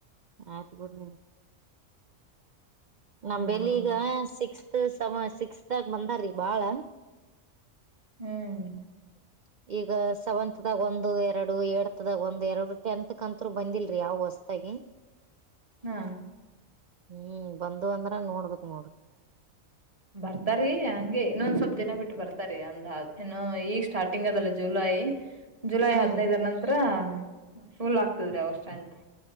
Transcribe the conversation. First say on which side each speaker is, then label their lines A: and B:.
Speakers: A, on the right (about 60°); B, on the right (about 25°).
A: ಆಯ್ತ ಬಿಡು ನಮ್
B: ಹ್ಮ್
A: ಬೆಲಿ ಈಗ ಸಿಕ್ಸ್ತ್ ಸಿಕ್ಸ್ತ ಗಾ ಬಂದಾರೀ ಬಾಳ.
B: ಹ್ಮ್
A: <inaudible> ಈಗ ಸೆವೆಂತ್ದಾಗ ಒಂದು ಎರಡು ಏತ್ದಾಗ ಒಂದು ಎರಡು ಟೆಂತ್ ಕಂತರು ಬಂದಿಲ್ರರಿ ಯಾವ್ ಹೊಸತಾಗಿ <inaudible>
B: ಹಾ
A: ಹ್ಮ್ ಬಂದ ಅಂದ್ರ ನೋಡ್ಬೇಕಕ್ ನೋಡ್ರಿ.
B: ಬರ್ತಾರಿ ಹಂಗೆ ಇನ್ನೊಂದ್ ಸ್ವಲ್ಪ್ ದಿನ ಬಿಟ್ಟು ಬರ್ತಾರ ಅಂದ ಏ ಈಗ ಸ್ಟಾರ್ಟ್. ಟಿಂಗಲ್ಲ ಜುಲೈ ಜುಲೈ
A: ಹ್ಮ್
B: ಹದಿನೈದು ನಂತರ ಫೂಲ್ ಆಗ್ತದ್ರಿ ಸ್ತ್ರೀಡೆಂತ್ ಅಂತ